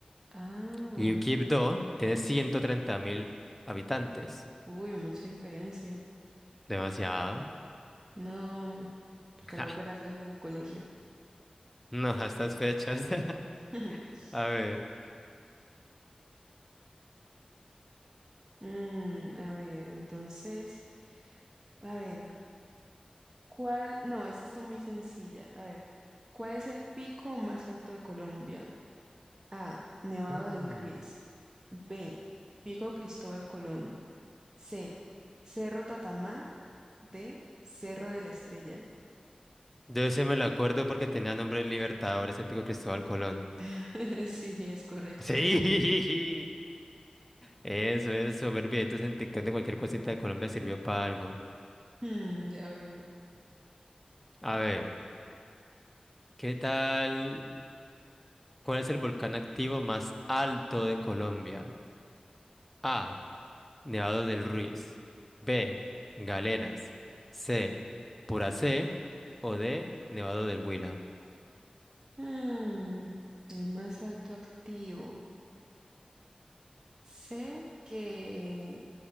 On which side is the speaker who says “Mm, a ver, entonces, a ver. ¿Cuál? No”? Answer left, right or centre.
Right